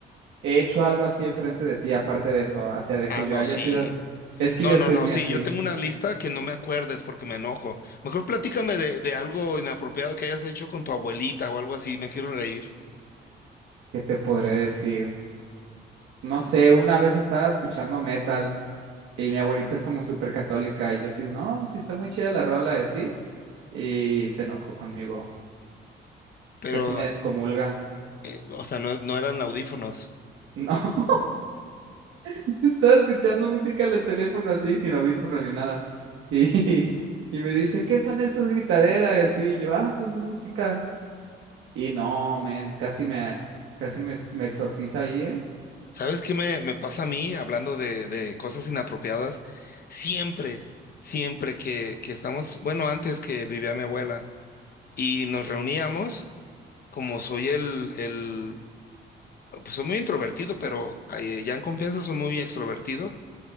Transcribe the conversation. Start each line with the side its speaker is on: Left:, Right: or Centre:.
Right: he hecho algo así enfrente de ti, aparte de eso, o sea, de
Left: Ah,
Right: que yo
Left: no,
Right: haya
Left: sí.
Right: sido, es que
Left: No,
Right: yo
Left: no,
Right: soy
Left: no,
Right: muy
Left: sí,
Right: así,
Left: yo tengo una lista que no me acuerdes porque me enojo. Mejor platícame de, de algo inapropiado que hayas hecho con tu abuelita o algo así, me quiero reír.
Right: ¿qué te podré decir? No sé, una vez estaba escuchando metal y mi abuelita es como súper católica y yo así, no, sí está muy chida la rola y así, y se enojó conmigo,
Left: Pero,
Right: casi me descomulga.
Left: eh, o sea, no, no eran audífonos.
Right: No, <laughs> estaba escuchando música en el teléfono así, sin audífono ni nada. Y, <laughs> y me dice, ¿qué son esas gritaderas? Y así, yo, ah, pues es música. Y no, men, casi me, casi me, ex- me exorciza ahí, ¿eh?
Left: ¿Sabes qué me, me pasa a mí hablando de, de cosas inapropiadas? Siempre, siempre que, que estamos, bueno, antes que vivía mi abuela y nos reuníamos, como soy el, el, pues soy muy introvertido, pero eh, ya en confianza soy muy extrovertido.